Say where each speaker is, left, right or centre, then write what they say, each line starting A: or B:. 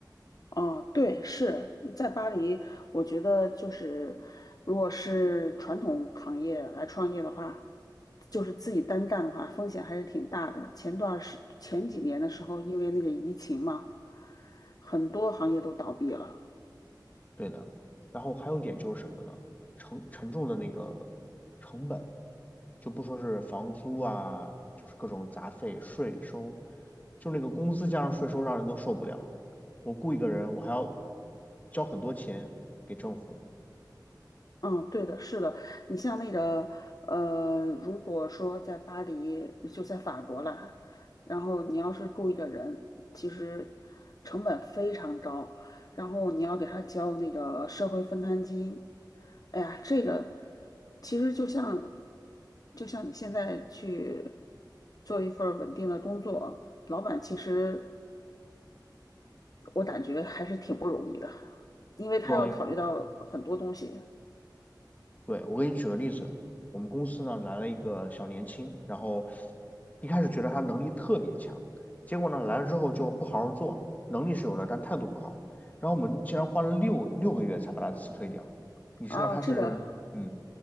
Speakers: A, on the left; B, on the left.
A: 哦，对，是在巴黎，我觉得就是，如果是传统行业来创业的话，就是自己单干的话，风险还是挺大的。前段时前几年的时候，因为那个疫情嘛，很多行业都倒闭了。
B: 对的。然后还有一点就是什么呢？沉沉重的那个成本，就不说是房租啊，就是各种杂费、税收，就那个工资加上税收，让人都受不了。我雇一个人，我还要交很多钱给政府，
A: 嗯，对的，是的。你像那个，呃，如果说在巴黎，就在法国了，然后你要是雇一个人，其实成本非常高，然后你要给他交那个社会分摊金，哎呀，这个其实就像就像你现在去做一份儿稳定的工作，老板其实我感觉还是挺不容易的，因为他要考虑到很多东西，
B: 不容易。对，我给你举个例子，我们公司呢来了一个小年轻，然后一开始觉得他能力特别强，结果呢来了之后就不好好做，能力是有的，但态度不好，然后我们竟然花了六六个月才把他辞退掉。你知道他是，
A: 啊，这个
B: 嗯，